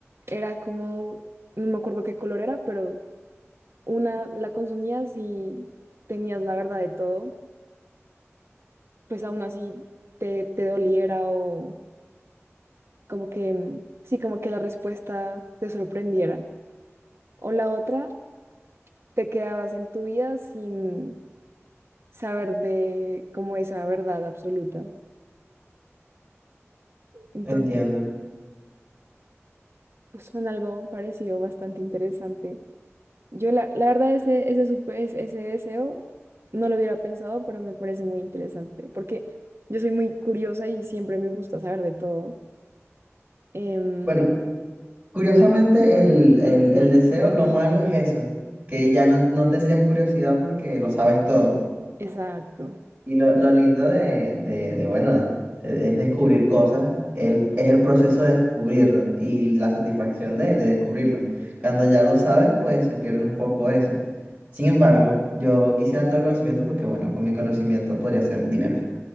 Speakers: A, on the right (about 55°); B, on the right (about 25°).
A: era como, no me acuerdo qué color era, pero una la consumías y tenías la verdad de todo, pues aún así te, te doliera o como que, mm, sí, como que la respuesta te sorprendiera. O la otra, te quedabas en tu vida sin saber de cómo esa verdad absoluta. Entonces,
B: Entiendo.
A: pues fue algo parecido bastante interesante. Yo la, la verdad ese, ese, supe- ese ese deseo no lo hubiera pensado, pero me parece muy interesante porque yo soy muy curiosa y siempre me gusta saber de todo. Em,
B: Bueno, curiosamente el, el- el deseo, lo malo es eso, que ya no, no tendrías curiosidad porque lo sabes todo.
A: exacto.
B: Y lo, lo lindo de, de, de, bueno, de- es descubrir cosas, el, es el proceso de descubrirlo y la satisfacción de, de descubrirlo. Cuando ya lo sabes, pues se pierde un poco eso. Sin embargo, yo quisiera todo el conocimiento porque, bueno, con mi conocimiento podría hacer dinero.